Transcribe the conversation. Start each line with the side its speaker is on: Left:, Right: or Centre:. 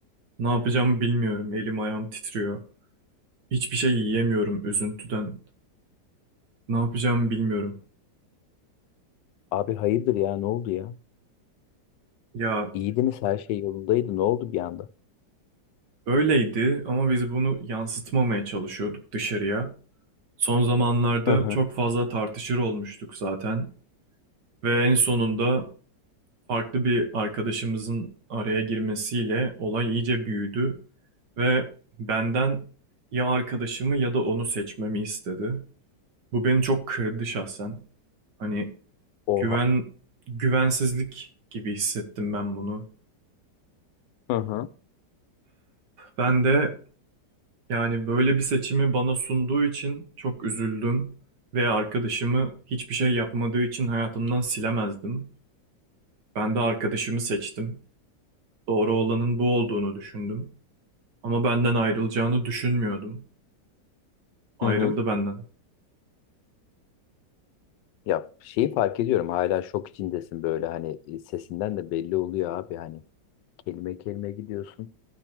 Right: ne yapacağımı bilmiyorum. Elim ayağım titriyor. Hiçbir şey yiyemiyorum üzüntüden. Ne yapacağımı bilmiyorum.
Left: Abi hayırdır ya ne oldu ya?
Right: Ya
Left: İyiydiniz her şey yolundaydı ne oldu bir anda?
Right: Öyleydi ama biz bunu yansıtmamaya çalışıyorduk dışarıya. Son zamanlarda
Left: Hı hı.
Right: çok fazla tartışır olmuştuk zaten ve en sonunda farklı bir arkadaşımızın araya girmesiyle olay iyice büyüdü ve benden ya arkadaşımı ya da onu seçmemi istedi. Bu beni çok kırdı şahsen. Hani
Left: Oha.
Right: güven güvensizlik gibi hissettim ben bunu.
Left: Hı hı.
Right: Ben de Yani böyle bir seçimi bana sunduğu için çok üzüldüm ve arkadaşımı hiçbir şey yapmadığı için hayatımdan silemezdim. Ben de arkadaşımı seçtim. Doğru olanın bu olduğunu düşündüm. Ama benden ayrılacağını düşünmüyordum. Ayrıldı
Left: Hı hı.
Right: benden.
Left: Ya şeyi fark ediyorum hala şok içindesin böyle hani e, sesinden de belli oluyor abi hani kelime kelime gidiyorsun.